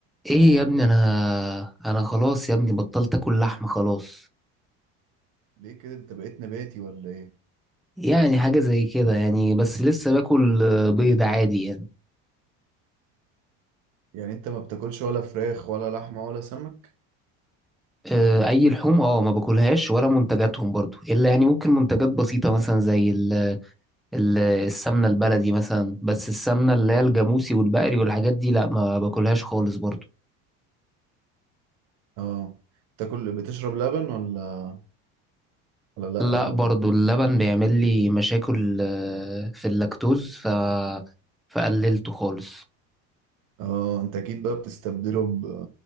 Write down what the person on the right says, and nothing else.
ليه كده انت بقيت نباتي ولا ايه
يعني انت ما بتاكلش ولا فراخ ولا لحمة ولا سمك
اه تاكل بتشرب لبن ولا ولا لا
برضه
اه انت اكيد بقى بتستبدله ب